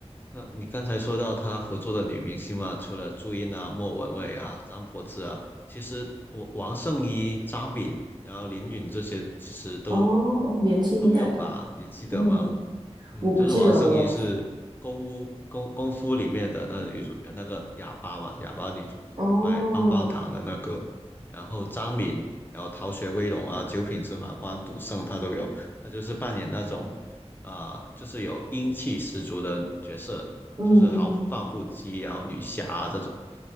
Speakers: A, on the left (about 20°); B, on the right (about 40°).
A: 呃，你刚才说到他合作的女明星嘛，除了朱茵啊、莫文蔚啊、张柏芝啊，其实我王圣依、张敏，然后林允这些其实都
B: 哦，年轻一代的。
A: 都有吧，你记得吗？
B: 嗯，
A: 嗯，
B: 我不记得了。
A: 就是王圣依是功夫功功夫里面的那个女主角，那个哑巴嘛，哑巴女主角卖棒棒糖的那个，
B: 哦，
A: 然后张敏，然后《逃学威龙》啊，《九品芝麻官》、《赌圣》他都有，她就是扮演那种呃，就是有英气十足的角色，
B: 嗯嗯，
A: 就是豪放不羁啊，然后女侠啊这种。